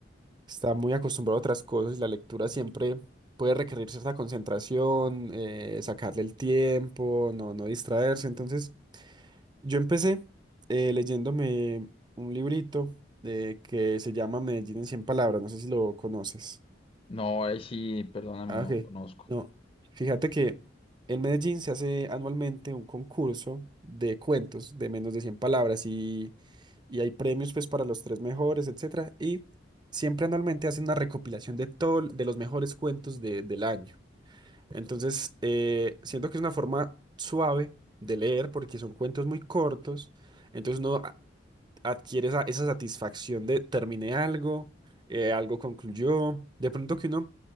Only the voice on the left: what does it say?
No, ahí sí, perdóname,
no
conozco.